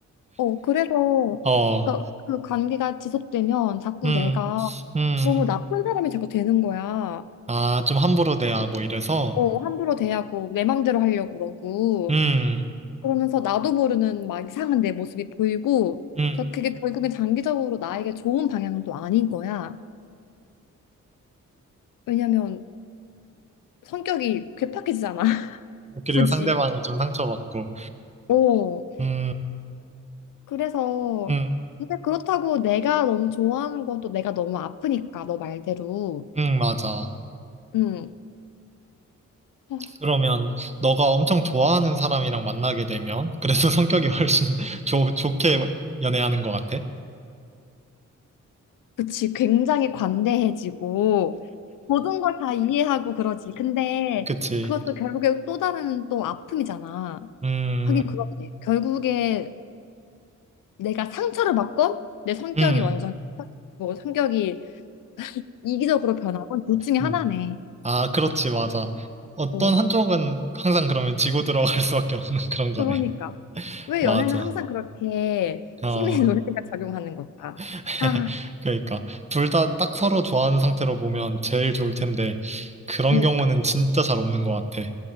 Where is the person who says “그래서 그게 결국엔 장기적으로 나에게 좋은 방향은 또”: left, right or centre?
Left